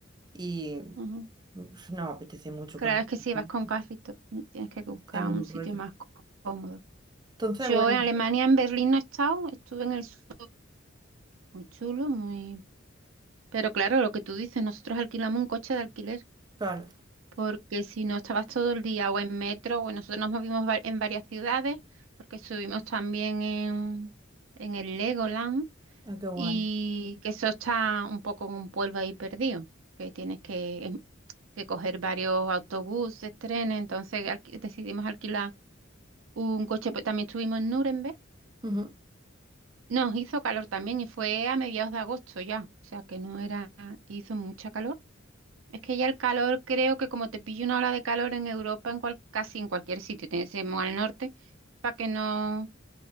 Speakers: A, on the right; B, on the right.
A: y
B: ujú.
A: pf, no me apetece mucho
B: Claro,
A: con el
B: es
A: transporte,
B: que si vas con carrito, mm, tienes que buscar
A: es un
B: un sitio
A: rollo.
B: más có- cómodo.
A: Entonces,
B: Yo
A: bueno,
B: en Alemania, en Berlín, no he estado, estuve en el sur, muy chulo, muy Pero claro, lo que tú dices, nosotros alquilamos un coche de alquiler,
A: claro,
B: porque si no estabas todo el día o en metro, o nosotros nos movimos va- en varias ciudades, porque subimos también en, en el Legoland,
A: ah, qué guay.
B: y que eso está un poco en un pueblo ahí perdido, que tienes que, em, que coger varios autobuses, trenes, entonces alqui- decidimos alquilar un coche, pues también estuvimos en Nuremberg.
A: Ujú.
B: Nos hizo calor también y fue a mediados de agosto ya, o sea que no era, hizo mucha calor. Es que ya el calor, creo que como te pilla una ola de calor en Europa, en cual- casi en cualquier sitio, tienes que ir al norte para que no,